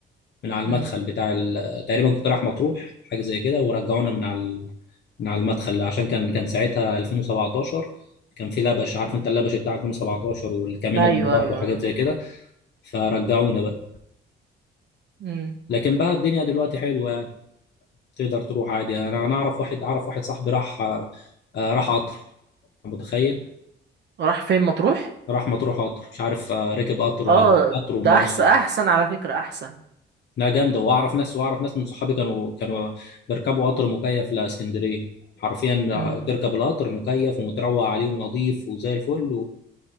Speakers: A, on the left; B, on the right.
A: من على المدخل
B: امم
A: بتاع ال... تقريبا كنت رايح مطروح حاجه زي كده ورجعونا من على ال... من على المدخل عشان كان كان ساعتها 2017 كان في لبش عارف انت اللبش بتاع 2017 والكمين
B: ايوه
A: اللي انضرب
B: ايوه
A: وحاجات
B: ايوه
A: زي كده فرجعونا بقى
B: امم
A: لكن بقى الدنيا دلوقتي حلوه يعني تقدر تروح عادي انا انا اعرف واحد اعرف واحد صاحبي راح آه، راح قطر أنت متخيل
B: راح فين مطروح
A: راح مطروح قطر مش عارف آه، ركب قطر
B: اه
A: ولا قطر ومواصله
B: ده احسن احسن على فكره احسن
A: لا جامده واعرف ناس واعرف ناس من صحابي كانوا كانوا بيركبوا قطر مكيف لاسكندريه حرفيا
B: امم
A: تركب القطر مكيف ومتروق عليه ونظيف وزي الفل